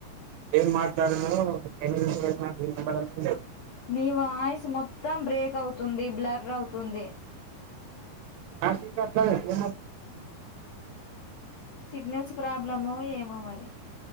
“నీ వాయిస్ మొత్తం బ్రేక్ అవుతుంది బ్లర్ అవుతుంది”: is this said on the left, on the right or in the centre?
Left